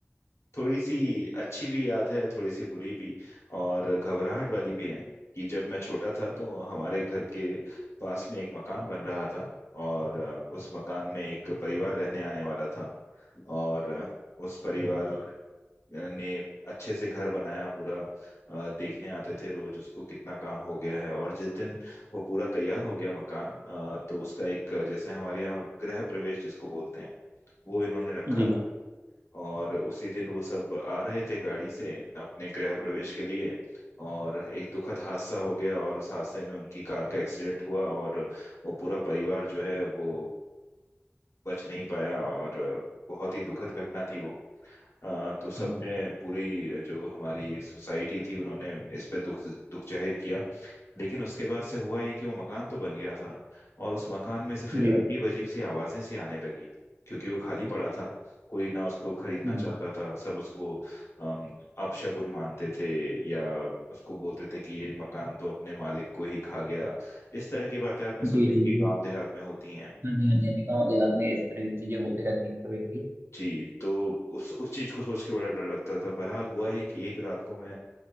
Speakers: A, on the left (about 70°); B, on the right (about 55°).
A: थोड़ी सी अच्छी भी याद है थोड़ी सी बुरी भी और घबराहट वाली भी है कि जब मैं छोटा था तो हमारे घर के पास में एक मकान बन रहा था और अ, उस मकान में एक परिवार रहने आने वाला था और अ, उस परिवार ने अच्छे से घर बनाया पूरा अ, देखने आते थे रोज उसको कितना काम हो गया है और जिस दिन वो पूरा तैयार हो गया मकान अ, तो उसका एक अ, जैसे हमारे यहाँ गृह प्रवेश जिसको बोलते हैं वो इन्होंने रखा
B: जी
A: था और उसी दिन वो सब आ रहे थे गाड़ी से अपने गृह प्रवेश के लिए और एक दुखद हादसा हो गया और उस हादसे में उनकी कार का एक्सीडेंट हुआ और वो पूरा परिवार जो है वो बच नहीं पाया और बहुत ही दुखद घटना थी वो अ, तो सबने
B: हम्म,
A: पूरी जो हमारी सोसाइटी थी उन्होंने इस पे दुख दुख जाहिर किया लेकिन उसके बाद से हुआ ये कि वो मकान तो बन गया था और उस मकान में से फिर
B: जी
A: अजीब अजीब सी आवाजें सी आने लगी क्योंकि वो खाली पड़ा था कोई ना उसको खरीदना
B: हम्म
A: चाहता था सब उसको अम, अपशगुन मानते थे या उसको बोलते थे कि ये मकान तो अपने मालिक को ही खा गया इस तरह की बातें आपने सुनी
B: जी
A: होगी
B: जी जी
A: गांव देहात में होती हैं
B: हाँ जी हाँ जी हाँ जी गाँव देहात में इस तरह की चीजें होते रहती हैं कभी कभी
A: जी तो उस उस चीज को सोच के बड़ा डर लगता था बहरहाल हुआ ये कि एक रात को मैं